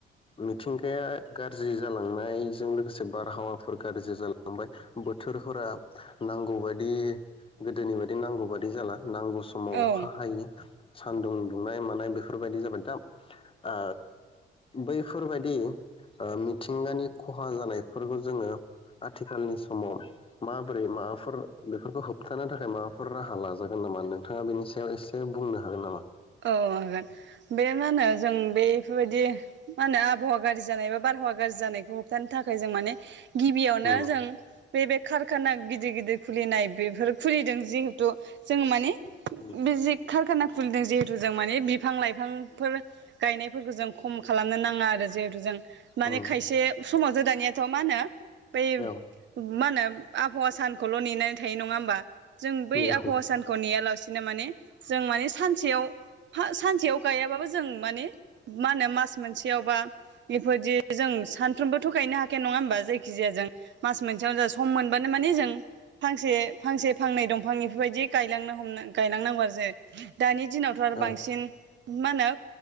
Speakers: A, on the left; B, on the right.
A: मिथिंगाया गाज्रि जालांनायजों लोगोसे बारहावाफोर गाज्रि जालांबाय बोथोरफोरा नांगौ बायदि गोदोनि बायदि नांगौ बायदि जाला। नांगौ समाव
B: औ
A: अखा हायो। सान्दुं दुंनाय मानाय बेफोरबायदि जाबाय दा आ बैफोरबायदि आ मिथिंगानि खहा जानायफोरबो जोङो आथिखालनि समाव माबोरै माबाफोर बेफोरखौ होबथानो थाखाय माबाफोर राहा लाजागोन नामा नोंथाङा बेनि सायाव एसे बुंना हागोन नामा?
B: ओ हागोन बे मा होनो जों बे बादि मा होनो आबहावा गाज्रि जानाय बा बारहावा गाज्रि जानायखौ होबथानो थाखाय जों माने गिबियावनो
A: उम
B: जों बे बे कारखाना गिदिर गिदिर खुलिनाय बेफोर खुलिदों जिहेथु जों माने
A: उम
B: बिजि खारखाना खुलदो जे थुजों माने बिफां लाइफांफोर गायनायफोरखौ जों खम खालामनो नां <unintelligible> आरो जिहेतु जों माने
A: उम औ उम
B: खायसे समाज गोदानियाथ' मा होनो बे
A: औ
B: मा होनो आबहावा सानखौल' नेनानै थायो नङा होमबा। जों बै
A: औ
B: आबहावा सानखौ नेयालासिनो माने जों माने सानसेयाव सानसेयाव गायाबाबो जों माने मा होनो मास मोनसेयावबा बेफोरदि जों सानफ्रोमबो थ' गायनो हाखाया नङा होमबा जाय जे जों मास मोनसेयावनो स सम मोनबानो माने जों फांसे फांसे फांनै दंफां बेफोरबायदि गायलांनो हम गायलांनांगौ आरो जों दानि दिनाव। आरो
A: औ
B: बांसिन मा होनो